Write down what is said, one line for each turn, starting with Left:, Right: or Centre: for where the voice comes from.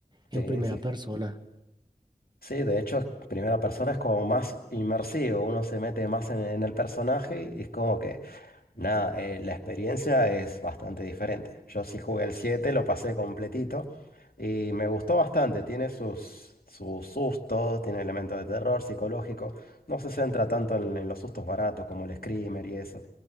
Left: Sí,
Right: en primera
Left: sí.
Right: persona.
Left: Sí, de hecho, es- primera persona es como más inmersivo, uno se mete más en, en el personaje y es como que Nada, eh, la experiencia es bastante diferente. Yo sí jugué el 7, lo pasé completito y me gustó bastante. Tiene sus, sus sustos, tiene elementos de terror psicológico. No se centra tanto en, en los sustos baratos como el Screamer y eso.